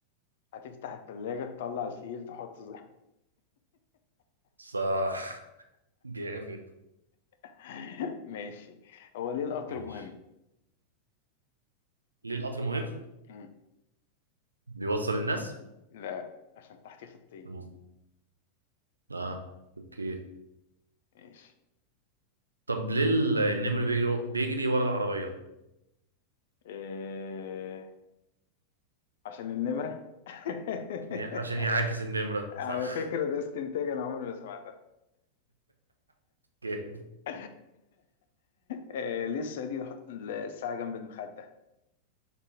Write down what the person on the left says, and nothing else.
هتفتح التلاجة تطلع الفيل تحطه زي
<laughs> ماشي هو ليه القطر
مهم؟
مم.
لا عشان تحتيه خطين
ماشي
إيه عشان النمرة <laughs>
على
فكرة ده استنتاج أنا عمري ما سمعتها
<laughs> إيه ليه الصعيدي بيحط الساعة جنب المخدة